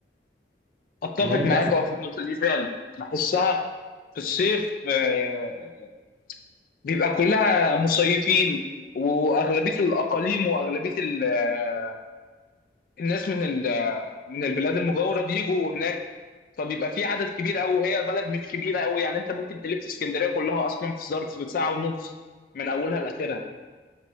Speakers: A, on the left; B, on the right.
A: اتفق
B: ان هل انت
A: معاك
B: مثلا
A: اه في النقطه دي فعلا بحسها في الصيف آه، بيبقى كلها مصيفين واغلبيه الاقاليم واغلبيه ال- آه، الناس من ال- آه، من البلاد المجاوره بيجوا هناك فبيبقى في عدد كبير قوي وهي بلد مش كبيره قوي يعني انت ممكن تلف اسكندريه كلها اصلا في ظرف ساعه ونص من اولها لاخرها